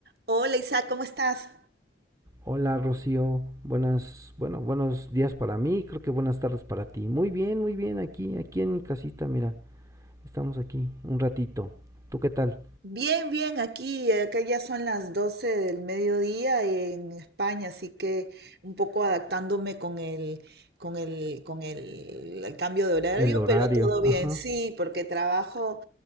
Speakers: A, on the right (about 60°); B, on the right (about 20°).
A: Hola Isaac, ¿cómo estás?
B: Hola Rocío, buenas, bueno, buenos días para mí, creo que buenas tardes para ti. Muy bien, muy bien, aquí, aquí en mi casita, mira, estamos aquí un ratito. ¿Tú qué tal?
A: Bien, bien, aquí, eh, acá ya son las 12 del mediodía en España, así que un poco adaptándome con el, con el, con el, el cambio de horario,
B: El horario,
A: pero todo
B: ajá,
A: bien, sí, porque trabajo,